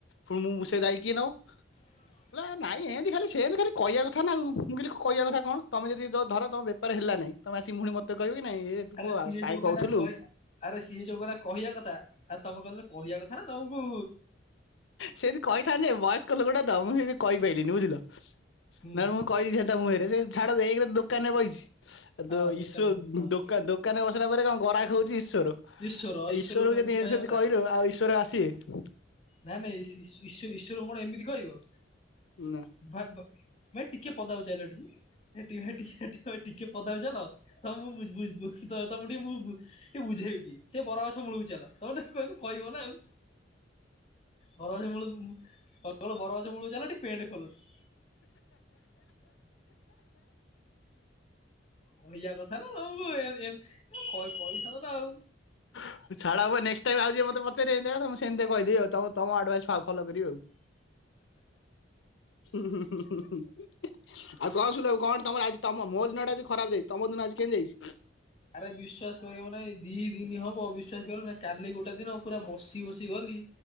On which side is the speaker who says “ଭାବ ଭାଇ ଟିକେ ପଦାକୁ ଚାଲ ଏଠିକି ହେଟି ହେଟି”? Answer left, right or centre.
Left